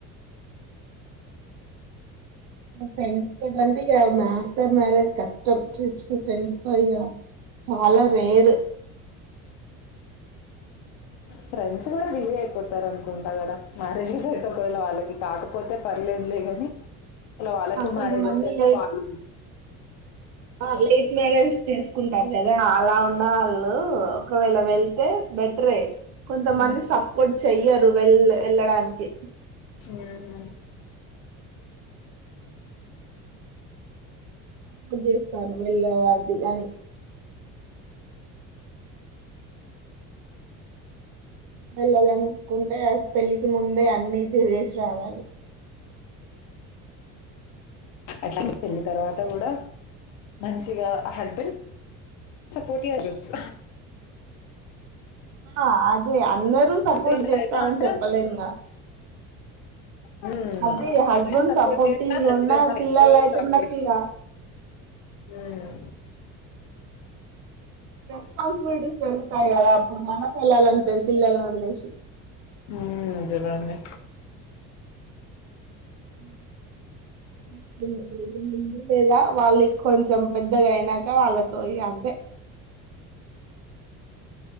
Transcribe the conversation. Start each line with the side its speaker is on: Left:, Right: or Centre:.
Right: ఫ్రెండ్స్ తోటి అంటే ఇక ఆఫ్టర్ మ్యారేజ్ కష్టం ట్రిప్స్ ఫ్రెండ్స్ తో ఇక చాలా రేరు
Left: ఫ్రెండ్స్ కూడా బిజీ అయిపోతారు అనుకుంటా కదా మ్యారేజెస్ అయితే ఒకవేళ వాళ్ళకి కాకపోతే పర్లేదులే గాని హలో వాళ్ళకు
Right: ఆ కొంతమంది
Left: మ్యారేజెస్ అయితే
Right: లేట్
Left: వాళ్ళు
Right: లేట్ మ్యారేజ్ చేసుకుంటారు కదా అలా ఉన్నవాళ్ళు ఒకవేళ వెళ్తే బెటరే కొంతమంది
Left: హ్మ్.
Right: సపోర్ట్ చెయ్యరు వెళ్ వెళ్ళడానికి
Left: హ్మ్.
Right: ఇప్పుడు చేస్తారు వెళ్ళేవా అది అని వెళ్ళాలనుకుంటే పెళ్ళికి ముందే అన్ని తిరిగేసి రావాలి
Left: అట్లా పెళ్ళి తర్వాత కూడా మంచిగా ఆ హస్బెండ్ సపోర్టివ్ అయ్వొచ్చు
Right: ఆ అదేయా అందరూ సపోర్ట్
Left: కాకపోతే వీళ్ళైతే
Right: చేస్తారని
Left: మాత్రం
Right: చెప్పలేంగా
Left: హ్మ్.
Right: అదే హస్బెండ్
Left: సపోర్ట్
Right: సపోర్టివ్
Left: జేసినా
Right: గా
Left: హస్బెండ్
Right: ఉన్నా
Left: వాళ్ళ
Right: పిల్లలు
Left: ఇంట్లో వాళ్ళు
Right: అయితే
Left: సపోర్ట్
Right: మనకి ఇగ
Left: జే హ్మ్.
Right: రెస్పాన్సిబిలిటీస్ పెరుగుతాయి కదా అప్పుడు మనకి వెళ్లాలనిపియదు పిల్లల్ని వదిలేసి.
Left: మ్మ్ నిజమే అండి
Right: <unintelligible> ముందు లేదా వాళ్ళకి కొంచెం పెద్దగాయినాక వాళ్ళతో ఇగ అంతే